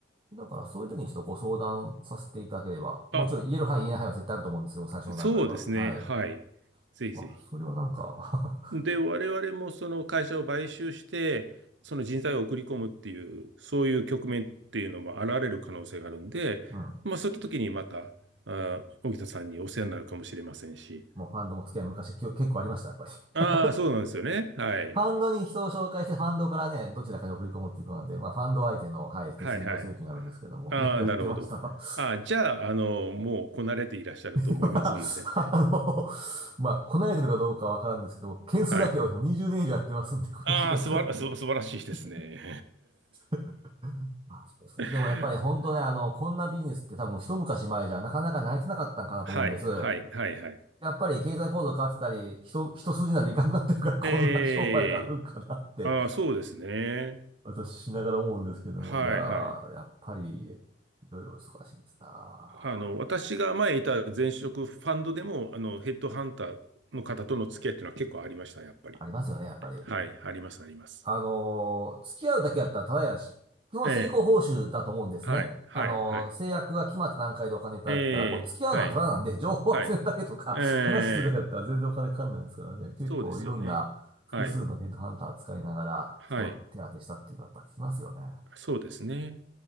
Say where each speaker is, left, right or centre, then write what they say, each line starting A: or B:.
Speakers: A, on the right (about 30°); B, on the right (about 75°).
A: だから、そういう時にちょっとご相談させていただければ。もちろん、
B: あ、
A: 言える範囲、言えない範囲は絶対あると思うんですけど、最初の段階は。
B: そうですね。
A: はい。
B: はい。ぜひぜひ。
A: まあ、それはなんか
B: で、我々もその会社を買収して、その人材を送り込むっていう、そういう局面っていうのも現れる可能性があるんで、
A: <laughs> うん。
B: まあそういった時にまた、あー、荻田さんにお世話になるかもしれませんし。
A: もうファンドの付き合い昔きょ結構ありました、やっぱり。
B: ああ、
A: フ
B: そうなんですよね。はい。
A: ァンドに人を紹介して、ファンドからね、どちらかに送り込むっていうことなんで、まあ、ファンド相手の、はい、手数料請求になるんですけども、
B: はいはい。ああ、
A: よくやってました。
B: なるほど。ああ、じゃあ、あの、もうこなれていらっしゃると思いますので。
A: <laughs> あの、まあ、こなれてるかどうかはわからんですけども、件数だけはもう20年以上やってますんで、
B: はい。
A: <laughs> この仕事。
B: ああ、すばら、す素晴らしいですね。
A: <laughs> いえいえ。<laughs> あ、そうですか。
B: <laughs>
A: でもやっぱり本当ね、あの、こんなビジネスって多分一昔前じゃなかなか成り立たなかったんかなと思うんです。
B: はい、はい、はい、はい。
A: やっぱり経済構造変わってたり、人、一筋縄でいかなくなってるからこんな商売があるんかなって、
B: ええ、ああ、そうですね。
A: 私しながら思うんですけども、
B: はい、
A: じゃ
B: はい。
A: あ、やっぱり、いろいろ忙しいんですな。
B: あの、私が前いた前職ファンドでも、あの、ヘッドハンターの方との付き合いっていうのは結構ありました、やっぱり。
A: ありますよね、やっぱり。
B: はい、あります、あります。
A: あのー付き合うだけだったらただやし、基本成功報酬だと思うんですね。
B: ええ、はい、はい、
A: あのー制約が決まった段階でお金いただくから、
B: はい。ええ、
A: もう付き合うのはただなんで、
B: はい、
A: 情報を集めるだけとか、
B: はい。え
A: <laughs> 話するだけだったら全然お金かかんないですからね。
B: え、
A: 結構いろんな複数のヘッドハンター使いながら、
B: そうですよね。はい、はい。
A: 人手当てしたっていうのはやっぱ聞きますよね。
B: そうですね。